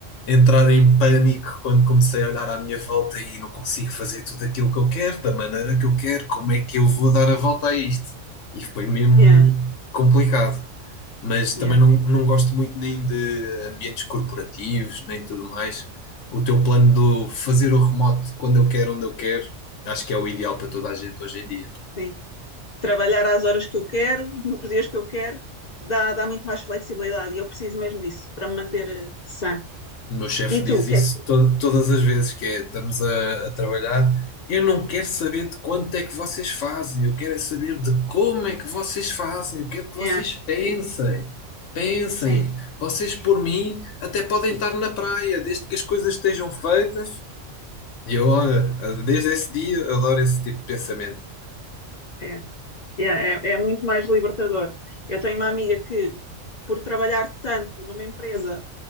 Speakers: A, on the left (about 75°); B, on the left (about 45°).
A: entrar em pânico quando comecei a olhar à minha volta e não consigo fazer tudo aquilo que eu quero, da maneira que eu quero, como é que eu vou dar a volta a isto? E foi mesmo
B: É,
A: complicado. Mas também
B: é,
A: não, não gosto muito nem de ambientes corporativos, nem tudo mais. O teu plano de fazer o remoto quando eu quero, onde eu quero, acho que é o ideal para toda a gente hoje em dia.
B: sim. trabalhar às horas que eu quero, nos dias que eu quero, dá, dá muito mais flexibilidade e eu preciso mesmo disso para me manter eh, sã.
A: O meu chefe
B: E
A: diz
B: tu, o que
A: isso
B: é que.
A: to- todas as vezes, que é, estamos a, a trabalhar. Eu não quero saber de quanto é que vocês fazem, eu quero é saber de como é que vocês fazem, eu quero que
B: Yeah,
A: vocês pensem,
B: sim,
A: pensem.
B: sim,
A: Vocês, por mim, até podem estar na praia, desde que as coisas estejam feitas. E eu, olha, desde esse dia, adoro esse tipo de pensamento.
B: é, Yeah, é, é muito mais libertador. Eu tenho uma amiga que, por trabalhar tanto numa empresa,